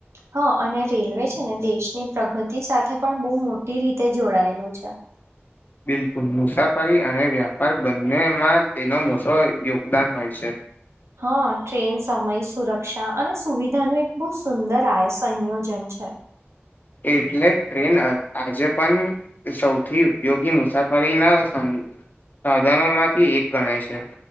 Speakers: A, on the right (about 80°); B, on the left (about 45°).
A: હા અને રેલવે છે ને દેશની પ્રગતિ સાથે પણ બહુ મોટી રીતે જોડાયેલું છે.
B: બિલકુલ મુસાફરી અને વ્યાપાર બંનેમાં એનો મોટો યોગદાન હોય છે.
A: હા ટ્રેન સમય સુરક્ષા અને સુવિધા નુ એક બહુ સુંદર આય સંયોજન છે. છે.
B: એટલે ટ્રેન અ આજે પણ સૌથી ઉપયોગી મુસાફરીના સાધનો માંથી એક ગણાય છે.